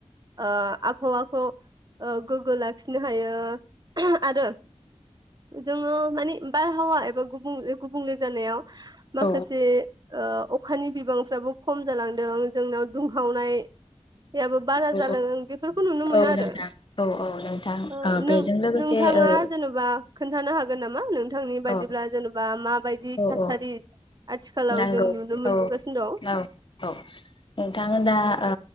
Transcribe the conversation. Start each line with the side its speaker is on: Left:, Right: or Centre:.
Right: ओ आबहावाखौ ओ गोग्गो लाखिनो हायो आरो जोङो माने बारहावा एबा गुबुंले गुबुंले जानायाव माखासे
Left: औ
Right: ओ अखानि बिबांफ्राबो खम जालांदों जोंनाव दुंहावनाय याबो बारा
Left: औ
Right: जालांदों बेफोरखौ नुनो मोनो
Left: औ औ औ
Right: आरो
Left: नोंथां औ औ नोंथां
Right: ओ
Left: औ
Right: नों
Left: बेजों लोगोसे
Right: नोंथाङा
Left: ओ
Right: जेन'बा खोन्थानो हागोन नामा नों थांनि बायदिब्ला
Left: औ
Right: जेनेबा मा बायदि
Left: औ
Right: थासारि
Left: औ
Right: आथिखालाव
Left: नांगौ
Right: जों नुनो मोनबोगासिनो
Left: औ औ औ नोंथांनो दा ओ